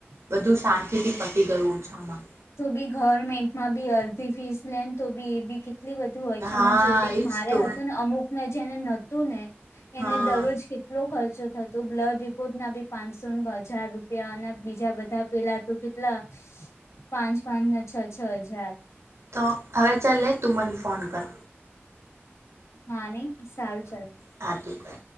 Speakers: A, on the left (about 85°); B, on the right (about 85°).
A: હમ
B: બધું શાંતિ થી પટી ગયું ઓછામાં.
A: તો બી ગવર્મેન્ટમાં બી અડધી ફીસ લેન તો બી એ બી કેટલી બધી. તુ હોય છે
B: હા
A: જોતી
B: એજ
A: મારે
B: તો
A: હતું ને અમુક ને જેને નતું ને એને
B: હા
A: દરરોજ કેટલો ખર્ચો થતો બ્લડ રિપોર્ટ ના બી પાંચસો હજાર રૂપિયા અને બીજા બધા પેલા તો કેટલા <unintelligible> પાંચ પાંચ ના છ છ હજાર.
B: તો હવે ચલ્લે તું મને ફોન કર.
A: હા ને સારુ ચલ.
B: હાતું કર.